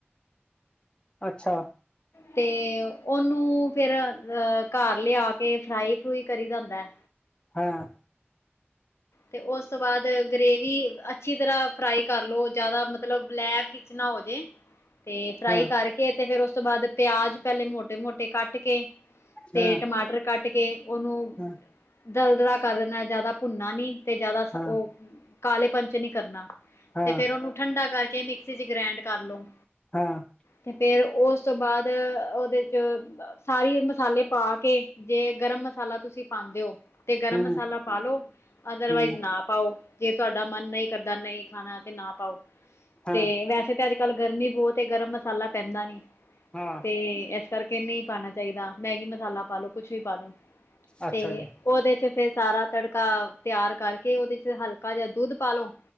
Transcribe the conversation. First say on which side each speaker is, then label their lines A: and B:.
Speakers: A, on the left; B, on the left.
A: ਅੱਛਾ
B: ਤੇ ਉਹਨੂੰ ਫਿਰ ਅ ਘਰ ਲਿਆ ਕੇ ਫਰਾਈ -ਫਰੂਈ ਕਰੀਦਾ ਹੁੰਦਾ ਐ।
A: ਹਾਂ
B: ਤੇ ਉਸ ਤੋਂ ਬਾਅਦ ਗਰੇਵੀ ਅੱਛੀ ਤਰ੍ਹਾਂ ਫਰਾਈ ਕਰ ਲੋ ਜਿਆਦਾ ਮਤਲਬ ਬਲੈਕ ਵਿਚ ਨਾ ਹੋ ਜੇ। ਤੇ ਫਰਾਈ
A: ਹਾਂ
B: ਕਰਕੇ ਤੇ ਫੇਰ ਉਸ ਤੋਂ ਬਾਅਦ ਪਿਆਜ ਪਹਿਲੇ ਮੋਟੇ- ਮੋਟੇ ਕੱਟ- ਕੱਟ ਕੇ, ਤੇ
A: ਹਾਂ
B: ਟਮਾਟਰ ਕੱਟ ਕੇ ਉਹਨੂੰ-
A: ਹਾਂ
B: ਦਲ ਦਰਾ ਕਰ ਦੇਣਾ ਜਿਆਦਾ ਭੁੰਨਾ ਨੀ ਤੇ ਜਿਆਦਾ
A: ਹਾਂ
B: ਉਹ, ਕਾਲੇ ਪੰਨ ਚ ਨੀ ਕਰਨਾ।
A: ਹਾਂ
B: ਤੇ ਫੇਰ ਉਹਨੂੰ ਠੰਡਾ ਕਰਕੇ ਮਿਕਸੀ 'ਚ ਗ੍ਰੈਂਡ ਕਰ ਲੋ।
A: ਹਾਂ
B: ਤੇ ਫਿਰ ਉਸ ਤੋਂ ਬਾਅਦ ਉਹਦੇ 'ਚ ਸਾਰੀ ਮਸਾਲੇ ਪਾ ਕੇ- ਜੇ ਗਰਮ ਮਸਾਲਾ ਤੁਸੀ ਪਾਉਦੇ ਓ, ਤੇ ਗਰਮ
A: ਹਮ
B: ਮਸਾਲਾ ਪਾਲਓ, ਅਦਰਵਾਈਜ਼
A: ਹਮ
B: ਨਾ- ਪਾਓ, ਜੇ ਤੁਹਾਡਾ ਮਨ ਨਈ ਕਰਦਾ ਨਈ ਖਾਣਾ ਤੇ ਨਾ ਪਾਓ,
A: ਹਾਂ
B: ਤੇ ਵੈਸੇ ਤਾਂ ਅੱਜ- ਅੱਜ ਕਲ ਗਰਮੀ ਬੋਤ ਏ ਗਰਮ ਮਸਾਲਾ ਪੈਂਦਾ ਨੀ।
A: ਹਾਂ।
B: ਤੇ ਇਸ ਕਰਕੇ ਨਹੀ ਪਾਣਾ ਚਾਹੀਦਾ ਮੈਗੀ ਮਸਾਲਾ ਪਾਲੋ ਕੁਛ ਵੀ ਪਾਲੋ,
A: ਅੱਛਾ
B: ਤੇ-
A: ਜੀ
B: ਉਹਦੇ 'ਚ ਫੇਰ ਸਾਰਾ ਤੜਕਾ- ਤਿਆਰ ਕਰਕੇ ਉਹਦੇ 'ਚ ਹਲਕਾ ਜਿਆ ਦੁੱਧ ਪਾਲੋ